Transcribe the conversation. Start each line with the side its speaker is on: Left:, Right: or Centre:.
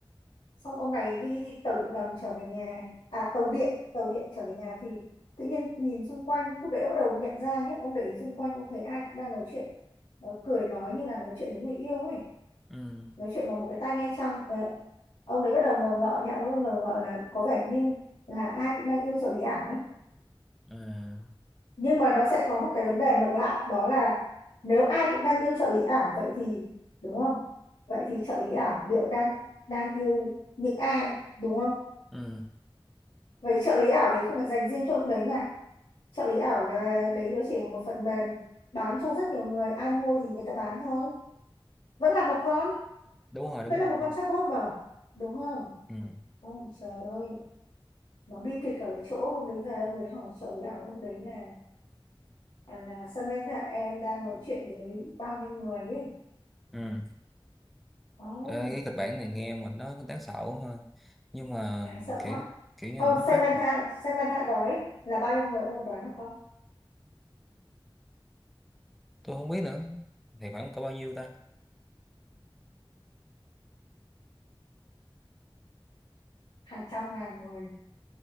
Left: xong ông này đi tàu điện ngầm trở về nhà à tàu điện tàu điện trở về nhà thì tự nhiên nhìn xung quanh lúc đấy ông bắt đầu nhận ra nhé ông để ý xung quanh ông thấy ai cũng đang nói chuyện nó cười nói như là nói chuyện với người yêu ấy
Centre: ừ
Left: nói chuyện bằng một cái tai nghe trong ông đấy bắt đầu ngờ ngợ nhá ông ấy ngờ ngợ là có vẻ như là ai cũng đang yêu trợ lý ảo ấy
Centre: à,
Left: nhưng mà nó sẽ có một cái vấn đề ngược lại đó là nếu ai cũng đang yêu trợ lý ảo vậy thì đúng không vậy thì trợ lý ảo liệu đang đang yêu những ai đúng không
Centre: ừ
Left: vậy trợ lý ảo đấy không phải dành riêng cho ông đấy mà trợ lý ảo là đấy nó chỉ là một phần mềm bán cho rất nhiều người ai mua thì người ta bán thôi vẫn là một con
Centre: đúng rồi đúng
Left: vẫn
Centre: rồi
Left: là một con chatbot mà đúng không
Centre: ừ
Left: Ôi trời ơi nó bi kịch ở cái chỗ hôm đấy về hôm đấy hỏi trợ lý ảo hôm đấy là à, là Samantha em đang nói chuyện với bao nhiêu người ấy
Centre: ừ
Left: oh,
Centre: Ờ, cái kịch bản này nghe mà nó đáng sợ ha nhưng mà
Left: đáng sợ
Centre: kiểu
Left: quá
Centre: kiểu như
Left: không
Centre: là nó phát
Left: Samantha Samantha đói là bao nhiêu người ông có đoán được không
Centre: tôi không biết nữa thì khoảng có bao nhiêu ta
Left: hàng trăm ngàn người